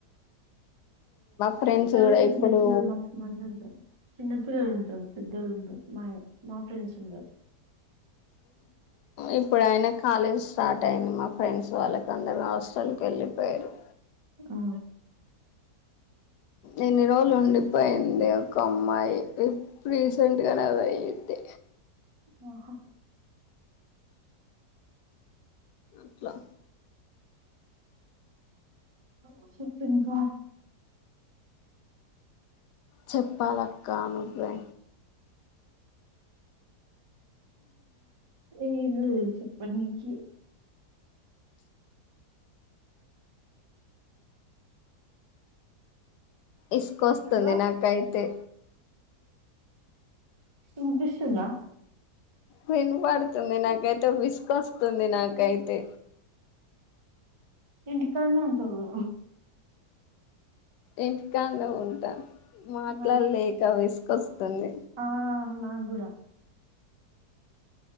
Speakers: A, on the right (about 25°); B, on the left (about 80°).
A: మా
B: ఫ్రెండ్స్
A: ఇంటి కాడా
B: కూడా
A: గుడ
B: ఇప్పుడు
A: చిన్న పిల్లలు మస్త్ మందుంటరు. పిల్లలుంటరు. పొద్దోళ్ళు ఉండరు. మా మా ఫ్రెండ్స్ ఉండరు.
B: ఇప్పుడు అయినా కాలేజ్ స్టార్ట్ అయింది. మా ఫ్రెండ్స్ వాళ్ళకి అందరు హాస్టల్కెళ్ళిపోయిన్రూ
A: ఆ
B: ఇన్నీ రోజులు ఉండిపోయింది ఒక అమ్మాయి ఇప్పు రీసెంట్ గనే పోయింది.
A: ఆ హ
B: అట్లా
A: ఎ చెప్ ఇంకా
B: చెప్పాలక్ కా నువ్వే
A: ఏ చెప్ప ననికి
B: ఇసుకొస్తుంది.
A: హలో
B: నాకైతే బ
A: ఇన్పిస్తుందా?
B: విన్పడుతుంది నాకైతే విసుకొస్తుంది నాకైతే
A: ఇంటి కాడ్నే ఉంటవ్గా
B: ఇంటికాడ్నే ఉంటా మాట్లాడ్లేక
A: మరి
B: విస్ కస్తనే
A: ఆ నాక్కూడా